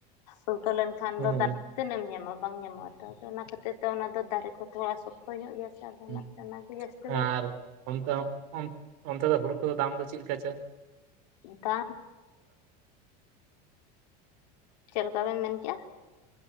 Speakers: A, on the left; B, on the right.
A: ᱩᱩᱞᱴᱟᱹ ᱞᱮᱱᱠᱷᱟᱱ
B: ᱦᱮᱸ
A: ᱫᱚ ᱫᱟᱨᱮ ᱛᱤᱱᱟᱹᱜ ᱮᱢ ᱧᱟᱢᱟ ᱵᱟᱝ ᱧᱟᱢᱚᱜᱼᱟ ᱛᱚ ᱟᱫᱚ ᱚᱱᱟ ᱠᱷᱟᱹᱛᱤᱨ ᱛᱮ ᱚᱱᱟ ᱫᱚ ᱫᱟᱨᱮ ᱛᱷᱚᱲᱟ ᱥᱚᱠᱛᱚ ᱧᱚᱜ ᱜᱮᱭᱟ ᱥᱮ ᱟᱫᱚ
B: ᱦᱮᱸ
A: ᱚᱱᱟᱛᱮ ᱚᱱᱟ ᱜᱮ ᱡᱟᱥᱛᱤ
B: ᱟᱨ ᱚᱱᱛᱮ ᱚᱱᱛᱮ ᱫᱚ ᱦᱩᱲᱩ ᱠᱚᱫᱚ ᱫᱟᱢ ᱫᱚ ᱪᱮᱫᱠᱟ ᱪᱮ
A: ᱫᱟᱢ ᱪᱮᱫ ᱞᱮᱠᱟ ᱵᱮᱱ ᱢᱮᱱᱠᱮᱜᱼᱟ